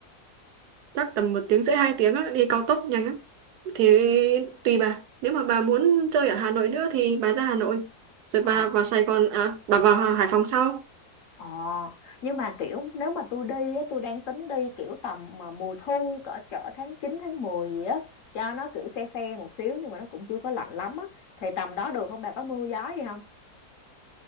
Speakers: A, on the right (about 80°); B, on the left (about 60°).
A: Chắc tầm một tiếng rưỡi hai tiếng á, đi cao tốc nhanh lắm. Thì tùy bà. Nếu mà bà muốn chơi ở Hà Nội nữa thì bà ra Hà Nội. Rồi
B: bà
A: bà vào Sài Gòn, à, bà vào Hải Phòng sau.
B: Ờ, nhưng mà kiểu nếu mà tôi đi á, tôi đang tính đi kiểu tầm mà mùa thu cỡ cỡ tháng 9 tháng 10 gì á cho nó kiểu se se một xíu nhưng mà nó cũng chưa có lạnh lắm á thì tầm đó được không bà có mưa gió gì không?